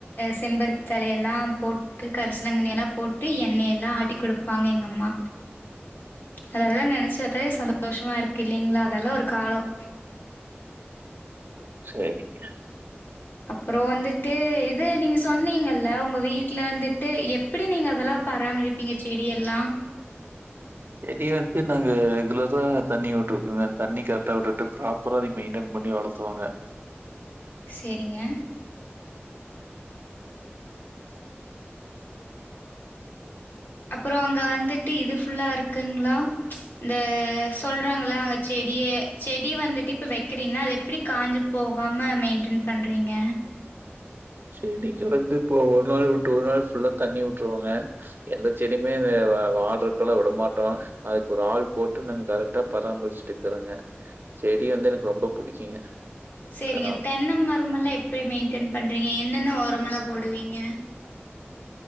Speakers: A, on the left (about 55°); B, on the right (about 55°).
A: செம்பருத்தி தழையல்லாம் போட்டு கருசலங்கண்ணிலாம் போட்டு எண்ணெயெல்லாம் ஆட்டி கொடுப்ப பாங்க எங்க அம்மா அதெல்லாம் நெனைச்சு வாத்தாவே சந்தோஷமா இருக்கு இல்லலீங்களா அதெல்லாம் ஒரு காலம்
B: சேரிங்க
A: அப்றம் வந்துட்டு இது நீங்க சொன்னீங்கல்ல உங்க வீட்ல வந்துட்டு எப்படி நீங்க அதெல்லாம் பராமரிப்பீங்க செடி எல்லாம்
B: செடி வந்து நாங்க ரெகுலரா தண்ணி வுட்டுருக்கோங்க தண்ணி கர்ட்டா வுட்டுட்டு ப்ராப்பரா அத மெயின்டைென் பண்ணி வளர்த்துவாங்க
A: செரிங்க அப்புறம் அங்க வந்துட்டு இது ஃபுல்லா இருக்குங்களா இந்த சொல்றாங்கள அங்க செடிய செடி வந்துட்டு இப்ப வெக்கிறீங்கன்னா அது எப்படி காஞ்சு போகாம மெயின்டென் பண்றீங்க
B: செடிக்கு வந்து இப்போ ஒரு நாள் விட்டு ஒரு நாள் ஃபுல்லா தண்ணி உட்ருவோங்க எந்த செடியுமே வாட்டறக்கெல்லாம் விடமாட்டோம் அதுக்கு ஒரு ஆள் போட்டு நாங்க கரெக்டா பராமரிச்சுட்டு இருக்குறோங்க செடி வந்து எனக்கு ரொம்ப புடிக்குங்க
A: செரிங்க
B: அதனால.
A: தென்னம் மரமெல்லாம் எப்டி மெயின்டெயன் பண்றீங்க என்னென்ன ஒரமெல்லா போடுவிங் வீங்க